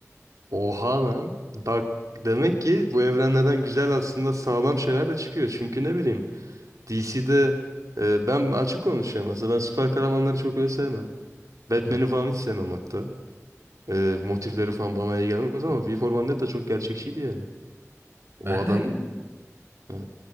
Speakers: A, on the right (about 85°); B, on the right (about 50°).
A: Oha lan. Bak demek ki bu evrenlerden güzel aslında sağlam şeyler de çıkıyor. Çünkü ne bileyim DC'de e, ben açık konuşuyorum aslında. Ben süper kahramanları çok öyle sevmem. Batman'i
B: Hı hı.
A: falan hiç sevmem hatta. E, motifleri falan bana iyi gelmez ama V for Vendetta çok gerçekçiydi yani. O
B: Ben
A: adam
B: de
A: yani,